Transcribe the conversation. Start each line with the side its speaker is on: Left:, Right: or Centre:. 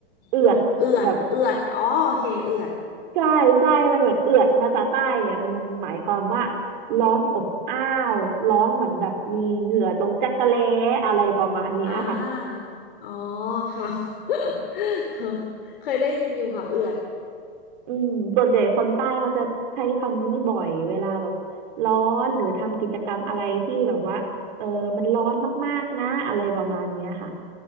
Right: เอือดแบบ
Left: อืมเอือดเอือดอ๋อโอเคเอือด
Right: ใช่ใช่มันเหมือนเอือดภาษาใต้เนี่ยมันหมายความว่าร้อนอบอ้าวร้อนเหมือนแบบมีเหงื่อตรงจักระแล้อะไรประมาณเนี้ยค่ะ
Left: อ่าอ๋อค่ะ <laughs> เคยได้ยินอยู่ค่ะเอือด
Right: อืมส่วนใหญ่คนใต้เขาจะใช้คำนี้บ่อยเวลาแบบร้อนหรือทำกิจกรรมอะไรที่แบบว่าเออมันร้อนมากๆนะอะไรประมาณเนี้ยค่ะ